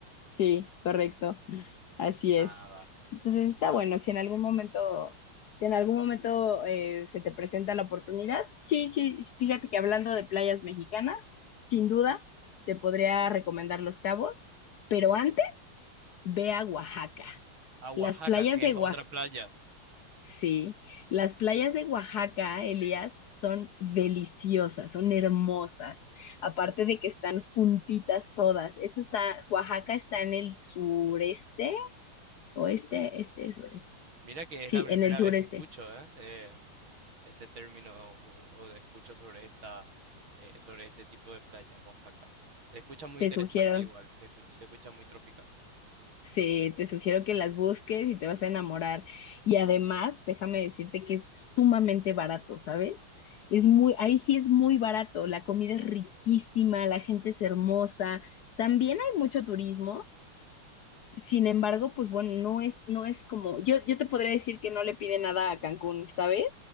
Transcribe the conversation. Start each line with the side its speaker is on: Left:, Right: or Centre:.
Left: Sí, correcto. Así
Right: Ajá,
Left: es.
Right: va,
Left: Entonces está
Right: va,
Left: bueno,
Right: va.
Left: si en algún momento, si en algún momento eh, se te presenta la oportunidad, sí, sí, fíjate que hablando de playas mexicanas, sin duda te podría recomendar Los Cabos, pero antes ve a Oaxaca.
Right: A Oaxaca,
Left: Las playas
Right: que
Left: de
Right: es otra
Left: Oaxaca,
Right: playa.
Left: sí, las playas de Oaxaca, Elías, son deliciosas, son hermosas, aparte de que están juntitas todas. Esto está, Oaxaca está en el sureste, oeste, este, sureste
Right: Mira que es
Left: Sí,
Right: la primera
Left: en el sureste.
Right: vez que escucho, ¿eh? Eh, este término o, o de escucho sobre esta, eh, sobre este tipo de playas, Oaxaca. Se escucha muy
Left: Te
Right: interesante
Left: sugiero,
Right: igual, se escucha, se escucha muy tropical.
Left: sí, te sugiero que las busques y te vas a enamorar. Y además, déjame decirte que es sumamente barato, ¿sabes? Es muy, ahí sí es muy barato. La comida es riquísima, la gente es hermosa. También hay mucho turismo. Sin embargo, pues bueno, no es, no es como, yo, yo te podría decir que no le pide nada a Cancún, ¿sabes?